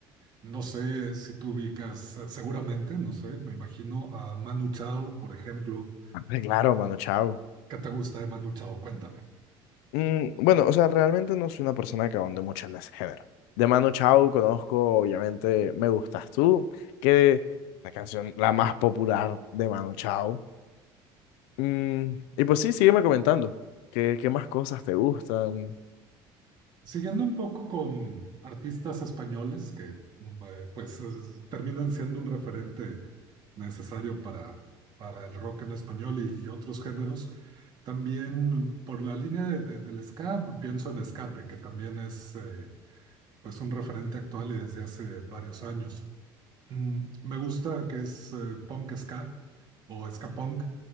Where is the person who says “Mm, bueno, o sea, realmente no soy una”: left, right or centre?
Left